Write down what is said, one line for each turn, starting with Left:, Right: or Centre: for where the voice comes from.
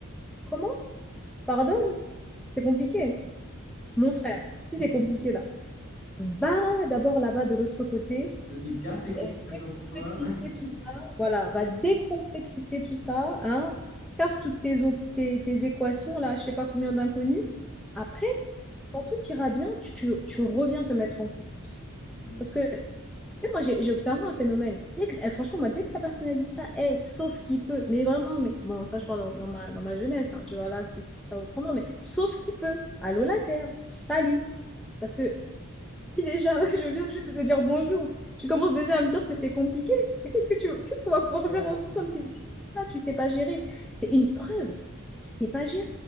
Centre: Comment? Pardonne? C'est compliqué. Mon frère, si
Left: <laughs>
Centre: c'est compliqué là, va d'abord là-bas de l'autre côté,
Left: Vas-y, garde tes complications
Centre: et décomplexifier
Left: pour toi. <laughs>
Centre: tout ça, voilà, va décomplexifier tout ça, hein, casse toutes tes, op- tes, tes équations là, je sais pas combien d'inconnus. Après, quand tout ira bien, tu, tu reviens te mettre en course.
Left: Oui.
Centre: Parce que, tu sais, moi, j'ai j'ai observé un phénomène. Dès que- eh, franchement, moi, dès que la personne a dit ça, eh, sauf qui peut, mais vraiment, mais bon, ça, je parle dans, dans ma, dans ma jeunesse, hein, tu vois, là, c'est- ce sera autrement, mais sauf qui peut, allô la terre, salut. Parce que si déjà, <laughs> je viens juste de te dire bonjour, tu commences déjà à me dire que c'est compliqué, mais qu'est-ce que tu, qu'est-ce qu'on va pouvoir
Left: Ouais,
Centre: faire ensemble si tu ça, tu sais pas gérer? C'est une preuve, tu sais pas gérer.